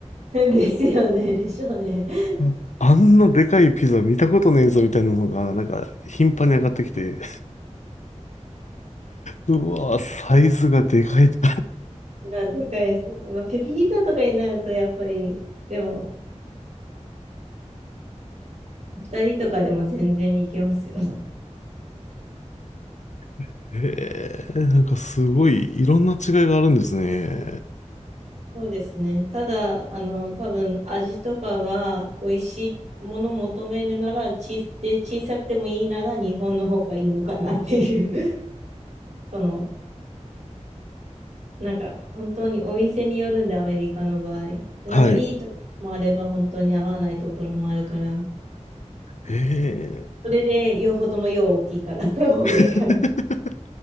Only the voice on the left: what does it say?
うんあんなでかいピザ見たことねえぞ、みたいなのが、なんか、頻繁に上がってきて、うわぁ、サイズがでかいと
<laughs> へえ、なんかすごい、いろんな違いがあるんですね。
はい。へえ。
<laughs>